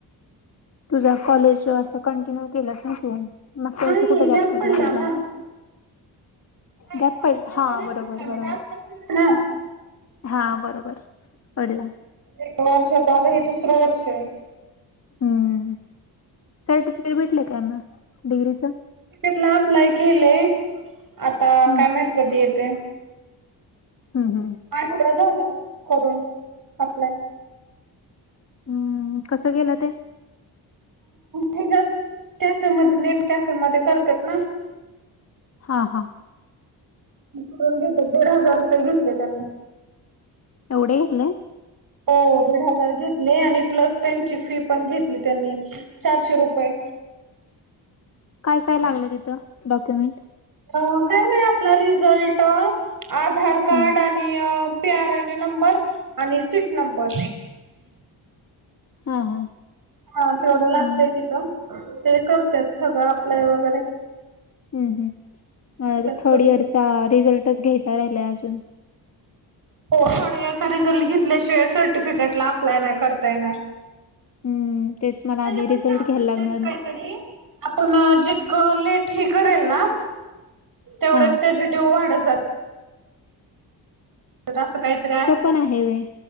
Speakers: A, on the left (about 35°); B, on the right (about 50°).
A: तुझा कॉलेज असं कंटिन्यू केलंस ना तू? मागच्या
B: नाही
A: वर्षी कुठे गॅप पडलाय
B: पडला
A: तुझा?
B: ना नाही
A: गॅप्प पड
B: तेव्हा
A: हा
B: नाही
A: बरोबर
B: पडला बट
A: बरोबर.
B: आता पडला ना
A: हा बरोबर पडला.
B: एक वर्षता हे दुसरं वर्ष आहे.
A: हम्म सर्टिफिकेट भेटलय मंग डिग्रीचा?
B: टला अँप्लाय केलंय, आता
A: हम्म
B: काय माहित कधी येतंय.
A: हम्म हम्म.
B: आठवडा झालं करून अप्लाय.
A: हम्म कसं गेलं ते?
B: त्याच्यामध्ये नेट कॅफेमध्ये करतात ना.
A: हा हां.
B: करून घेतले दीड हजार रुपये घेतले त्यांनी.
A: एवढे घेतले?
B: हो दीड हजार घेतले आणि प्लस त्यांची फी पण घेतली त्यांनी चारशे रुपये.
A: काय काय लागलं तिथं डॉक्युमेंट?
B: काय नाय आपला रिझल्ट आणि आधार कार्ड
A: हम्म
B: ते पीआर एत नंबर आणि सीट नंबर.
A: हा हा.
B: हा तेवढं लागतंय
A: नाही
B: तिथं ते करतात सगळं अप्लाय वगैरे.
A: हम् ह्
B: देतात
A: माझा थर्ड
B: करून.
A: इयर चा रिझल्टच घ्यायचा राहिलाय अजून.
B: हो थर्ड इयर चा रिझल्ट घेतल्याशिवाय सर्टिफिकेटला अप्लाय नाही करता येणार.
A: हम्म तेच मला
B: त्याचं
A: आधी
B: पण
A: रिझल्ट
B: चार्जेस
A: घ्यायला लागणार
B: आहेत
A: मग
B: काहीतरी. आपण जितकं लेट हे करेल ना तेवढ्यात
A: हा
B: पॉझिटिव्ह वाढत जातात त्यात असं काहीतरी आहे.
A: पण आहे व्हय.